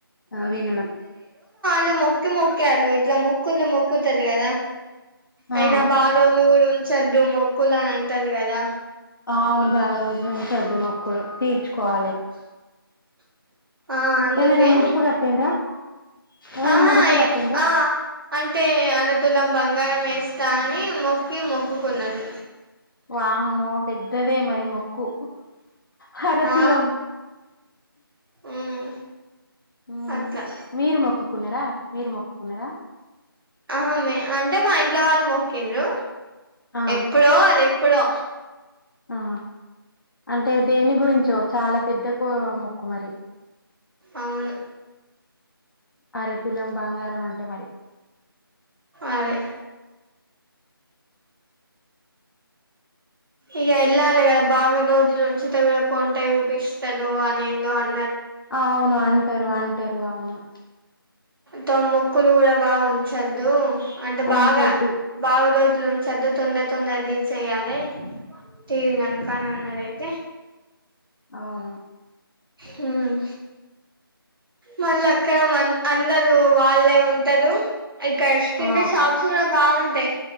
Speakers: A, on the left (about 60°); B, on the right (about 65°).
A: ఆ వినడం
B: లు ము కి మొక్కారు ఇట్లా ముక్కుంది ము క్కుతది కదా అయినా
A: ఆ
B: బా డోరులు కూడా ఉంచొద్దు మొక్కులనం టరు కదా
A: అవును బాగా రోజులు నుంచి <inaudible> మొక్కలు తీర్చుకోవాలి
B: ఆ అందుకే
A: ఏమైనా ముడుపు కట్టిండ్రా ఏమైనా
B: ఆహా
A: ముడుపు కట్టిండ్రా
B: ఆ అంటే అరతులం బంగారం మేస్తా అని మొక్కి మొక్కుకున్నరు
A: వామ్మో పెద్దదే మరి మొ క్కు హర
B: ఆ
A: తులం
B: ఉమ్
A: ఊ
B: అట్లా
A: మీరు మొక్కుకున్నరా మీరు మొక్కుకున్నరా
B: అహా మే అంటే మా ఇంట్లో వాళ్ళు మొక్కిండ్రు
A: ఆ
B: ఎప్పుడో అదె ప్పుడో
A: ఆ అంటే దేనిగురించో చాలా పెద్ద కో మొక్కు మరి
B: అవును
A: అరతులం బంగారం అం టే మరి
B: అదే ఇగ వెళ్ళాలి కదా బాగా రోజులు ఉచిత కూడా కొంటె యూపిస్తడు అనేందో అన్
A: అవును అంటారు అం టరు అవును
B: తమ మొక్కులు కూడా బాగా ఉంచద్దు అంటే బాగా
A: ఉంచొద్దు
B: బాగా రోజు సలు ఉంచొద్దు తొందర తొందర తీర్చేయాలే తీరినాంక అని అన్నది అయితే.
A: అవునా
B: హ్మ్ మళ్ళ అక్కడ మన్ అందరూ వాళ్ళేం అంటరు. ఇక్కడ స్కిన్
A: ఆ
B: షాప్స్ కూడా బాగుంటాయి